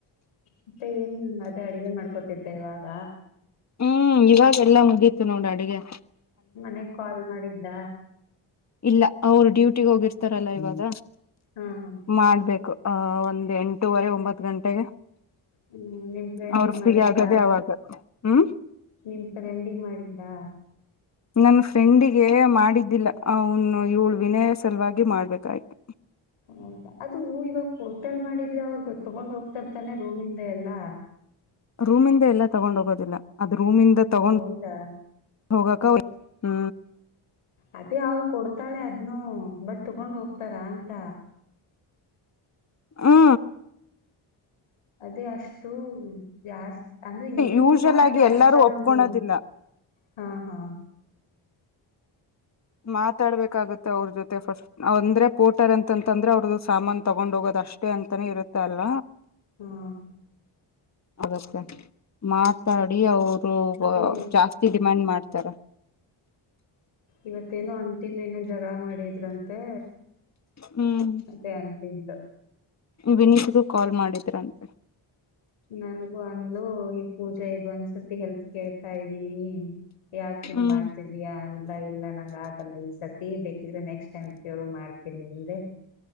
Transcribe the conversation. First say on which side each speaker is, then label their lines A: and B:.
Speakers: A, on the left; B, on the left.
A: ಮತ್ತೆ ಏನ್ ಅದೇ ಅಡಗೆ ಮಾಡ್ಕೊತಿದ್ದಾ ಇವಾಗ.
B: ಹ್ಮ್ ಇವಾಗೆಲ್ಲಾ ಮುಗೀತು ನೋಡು ಅಡ್ಗೆ.
A: ಮನೆಗ್ ಕಾಲ್ ಮಾಡಿದ್ದ?
B: ಇಲ್ಲ ಅವ್ರು ಡ್ಯೂಟಿಗೆ ಹೋಗಿರ್ತಾರಲ್ಲ ಇವಾಗ.
A: ಹಾ ಹಾ
B: ಮಾಡ್ಬೇಕು ಆ ಒಂದ್ ಎಂಟವರೆ ಒಂಬತ್ ಗಂಟೆಗೆ.
A: ಹ್ಮ್ ನಿಮ್ ಫ್ರೆಂಡಿಗ್
B: ಅವ್ರು ಫ್ರೀ
A: ಮಾಡಿದ್ದ
B: ಆಗದೆೇ ಅವಾಗ ಹ್ಮ್.
A: ನಿಮ್ ಫ್ರೆಂಡಿಂಗ್ ಮಾಡಿದ್ದಾ?
B: ನನ್ ಫ್ರೆಂಡಿಗೆ ಮಾಡಿದ್ದಿಲ್ಲ ಅವನು ಇವ್ಳು ವಿನೆಯ ಸಲುವಾಗಿ ಮಾಡ್ಬೇಕಾಯ್ತು.
A: ಹೌದಾ ಅದು ಇವಾಗ ಹೋಟೆಲ್ ಮಾಡಿದ್ರೆ ಅವ್ರ ತಗೊಂಡ್ ಹೋಗ್ತರ್ತಾನೆ ರೂಮಿಂದ ಎಲ್ಲಾ.
B: ರೂಮಿಂದ ಎಲ್ಲಾ ತಗೊಂಡ್ ಹೋಗೋದಿಲ್ಲ ಅದು ರೂಮಿಂದ ತಗೊಂಡ್
A: ಹೌದಾ
B: ಹೋಗಕ ಹ್ಮ್
A: ಅದೇ ಅವ್ಳ್ ಕೊಡ್ತಾಳೆ ಅದ್ನು ಬಟ್ ತಗೊಂಡ್ ಹೋಗ್ತಾರ ಅಂತ.
B: ಹಾ
A: ಅದೇ ಅಷ್ಟು ಜಾಸ್ ಅಂದ್ರೆ ಏನು
B: ಯೂಶಲ್
A: ಇಲ್ಲ ಅಂತೆ
B: ಆಗಿ
A: ಅಷ್ಟ
B: ಎಲ್ಲಾರೂ ಒಪ್ಕೊಳೋದಿಲ್ಲ
A: ಒಂದು. ಹಾ ಹಾ
B: ಮಾತಾಡ್ಬೇಕಾಗತ್ತೆ ಅವ್ರ್ ಜೊತೆ ಫಸ್ಟ್. ಅಂದ್ರೆ ಪೋಟರ್ ಅಂತಂತಂದ್ರೆ ಅವ್ರದ್ದು ಸಾಮಾನ್ ತಗೊಂಡ್ ಹೋಗೋದು ಅಷ್ಟೇ ಅಂತಾನೇ ಇರುತ್ತ ಅಲ್ಲ.
A: ಹಾಂ
B: ಆಗತ್ತೆ ಮಾತಾಡಿ ಅವರು
A: ಅದೇ
B: ಜಾಸ್ತಿ ಡಿಮ್ಯಾಂಡ್ ಮಾಡ್ತಾರೆ.
A: ಇವತ್ತೇನೋ ಅಂಟಿ ಮೇಲೆನ್ ಜಗಳ ಮಾಡಿದ್ರಂತೆ.
B: ಹ್ಮ್
A: ಅದೇ ಅಂಟಿದ್ಲು
B: ವಿನೀತ್ಗೂ ಕಾಲ್ ಮಾಡಿದ್ರಂತೆ.
A: ನನಗೂ ಅಂದ್ಲೂ ಈ ಪೂಜಾ ಇದು ಒಂದ್ಸತಿ ಹೆಲ್ತ್ ಕೇಳ್ತಾ ಇದ್ದೀನಿ. ಯಾಕ್ ಹಂಗ್
B: ಹ್ಮ್
A: ಮಾಡ್ತಿ ಯ ಅಲ್ಲ ಇಲ್ಲ ನಂಗ್ ಆಗಲ್ಲ ಈ ಸತಿ ಬೇಕಿದ್ರೆ ನೆಕ್ಸ್ಟ್ ಟೈಮ್ ಕೇಳು ಮಾಡ್ತೀನಿ ಅಂದೆ.